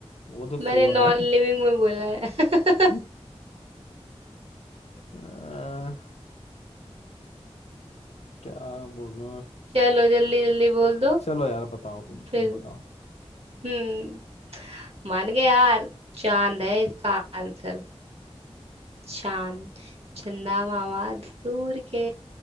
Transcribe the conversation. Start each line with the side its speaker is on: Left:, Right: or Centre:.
Left: वो तो सुअर
Right: मैंने नॉन
Left: है
Right: लिविंग में बोला है
Left: <laughs>
Right: <laughs>
Left: आ, क्या बोलो
Right: चलो जल्दी जल्दी बोल दो
Left: चलो यार बताओ तुम
Right: फिर
Left: तुम बताओ
Right: हम्म मान गए यार चांद है इसका आंसर चांद चंदा मामा दूर के